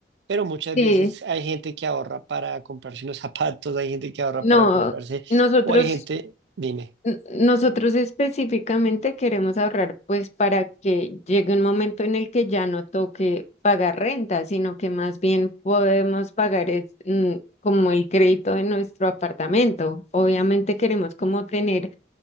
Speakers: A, on the right; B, on the left.
A: pero muchas
B: Sí,
A: veces hay gente que ahorra para comprarse unos <laughs> zapatos, hay gente que ahorra
B: No,
A: para comprarse,
B: nosotros
A: o hay gente, dime,
B: N- Nosotros específicamente queremos ahorrar pues para que llegue un momento en el que ya no toque pagar renta, sino que más bien podemos pagar es, mm, como el crédito de nuestro apartamento. Obviamente queremos como tener